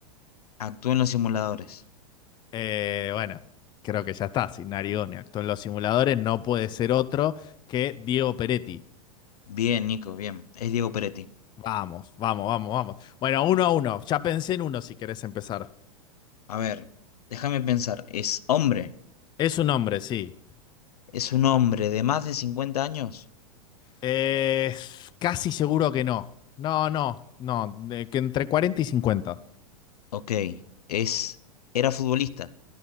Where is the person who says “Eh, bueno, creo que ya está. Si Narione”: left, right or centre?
Left